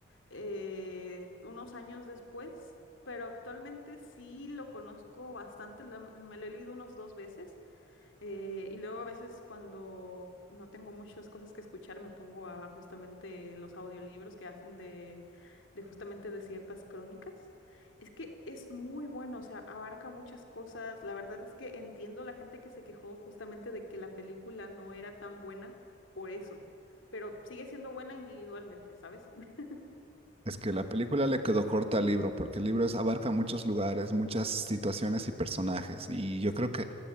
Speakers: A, on the left (about 75°); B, on the right (about 30°).
A: eh, unos años después, pero actualmente sí lo conozco bastante. la- me lo he leído unos dos veces. Eh, y luego a veces cuando no tengo muchas cosas que escuchar, me pongo a justamente los audiolibros que hacen de, de justamente de ciertas crónicas. Es que es muy bueno, o sea, abarca muchas cosas. La verdad es que entiendo la gente que se quejó justamente de que la película no era tan buena por eso, pero sigue siendo buena individualmente, ¿sabes? <laughs>
B: Es que la película le quedó corta al libro, porque el libro es- abarca muchos lugares, muchas situaciones y personajes, y yo creo que